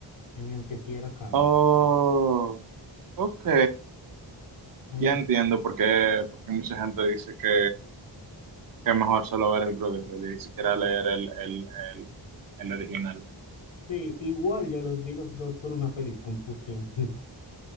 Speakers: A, on the left; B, on the right.
A: en el que sí era canon.
B: Oh, ok.
A: Entonces,
B: Ya entiendo por qué, por qué mucha gente dice que, que es mejor solo ver el Brotherhood y ni siquiera leer el, el, el, el original.
A: sí, igual yo los vi los dos por una feliz confusión. <laughs>